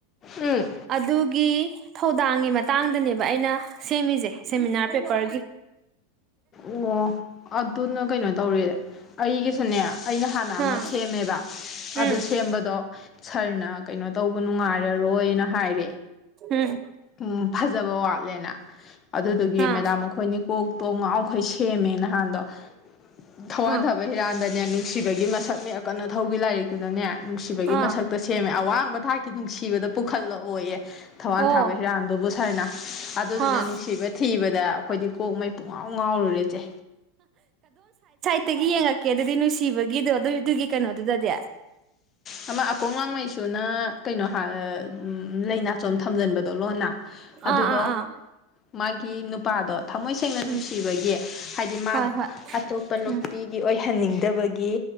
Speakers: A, on the left; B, on the right.
A: ꯎꯝ
B: ꯑꯗꯨꯒꯤ ꯊꯧꯗꯥꯡꯒꯤ ꯃꯇꯥꯡꯗꯅꯦꯕ ꯑꯩꯅ ꯁꯦꯝꯃꯤꯁꯦ ꯁꯦꯃꯤꯅꯥꯔ ꯄꯦꯄꯔꯒꯤ꯫
A: ꯑꯣ ꯑꯗꯨꯅ ꯀꯩꯅꯣ ꯇꯧꯔꯤ ꯑꯩꯒꯤꯁꯨꯅꯦ ꯑꯩꯅ ꯍꯥꯟꯅ ꯑꯃ
B: ꯑꯥ
A: ꯁꯦꯝꯃꯦꯕ ꯑꯗꯨ
B: ꯎꯝ
A: ꯁꯦꯝꯕꯗꯣ ꯁꯥꯔꯅ ꯀꯩꯅꯣ ꯇꯧꯕ ꯅꯨꯡꯉꯥꯏꯔꯔꯣꯏꯅ ꯍꯥꯏꯔꯦ
B: ꯎꯝ
A: ꯎꯝ ꯐꯖꯕ ꯋꯥꯠꯂꯦꯅ ꯑꯗꯨꯗꯨꯒꯤ
B: ꯑꯥ
A: ꯃꯦꯗꯥꯝ ꯑꯩꯈꯣꯏꯅꯤ ꯀꯣꯛ ꯇꯣꯡ ꯑꯩꯈꯣꯏ ꯁꯦꯝꯃꯦ ꯅꯍꯥꯟꯗꯣ ꯊꯧꯋꯥꯟꯊꯕ
B: ꯑꯥ
A: ꯍꯤꯔꯥꯟꯗꯅꯦ, ꯅꯨꯡꯁꯤꯕꯒꯤ ꯃꯁꯛ ꯅꯦ ꯀꯥ ꯃꯊꯧꯒꯤ ꯂꯥꯏꯔꯤꯛꯇꯨꯗꯅꯦ ꯅꯨꯡꯁꯤꯕꯒꯤ ꯃꯁꯛꯇ
B: ꯑꯥ
A: ꯁꯦꯝꯃꯦ ꯑꯋꯥ ꯕ ꯊꯥꯛꯀꯤ ꯅꯨꯡꯁꯤꯕꯗ ꯄꯨꯈꯠꯂꯑꯣꯌꯦ꯫ ꯊꯋꯥꯟ
B: ꯑꯣ
A: ꯊꯥꯕ ꯍꯤꯔꯥꯟꯗꯨꯕꯨ ꯁꯥꯔꯅ ꯑꯗꯨꯗꯨꯅ
B: ꯑꯥ
A: ꯅꯨꯡꯁꯤꯕ ꯊꯤꯕꯗ ꯑꯩꯈꯣꯏꯗꯤ ꯀꯣꯛ ꯃꯩ ꯄꯨꯡꯉꯥꯎ ꯉꯥꯎꯔꯨꯔꯦ ꯆꯦ
B: ꯑꯒꯤ ꯌꯦꯡꯉꯛꯀꯦ ꯑꯗꯨꯗꯤ ꯅꯨꯡꯁꯤꯕꯒꯤꯗꯣ ꯑꯗꯨ ꯑꯗꯨꯒꯤ ꯀꯩꯅꯣꯗꯨꯗꯗꯤ
A: ꯑꯃ ꯑꯀꯣꯡ ꯂꯥꯡꯃꯩꯁꯨꯅ ꯀꯩꯅꯣ ꯍꯥꯏ ꯂꯥꯏꯅꯥꯆꯣꯝ ꯊꯝꯖꯟꯕꯗꯣ ꯂꯣꯟꯅ ꯑꯗꯨꯗꯣ
B: ꯑꯥ ꯑꯥ
A: ꯃꯥꯒꯤ ꯅꯨꯄꯥꯗꯣ ꯊꯃꯣꯏ ꯁꯦꯡꯅ ꯅꯨꯡꯁꯤꯕꯒꯤ
B: ꯎꯝ
A: ꯍꯥꯏꯗꯤ ꯃꯥꯗꯣ
B: ꯍꯣꯏ ꯍꯣꯏ
A: ꯑꯇꯣꯞꯄ ꯅꯨꯄꯤꯒꯤ
B: ꯎꯝ
A: ꯑꯣꯏꯍꯟꯅꯤꯡꯗꯕꯒꯤ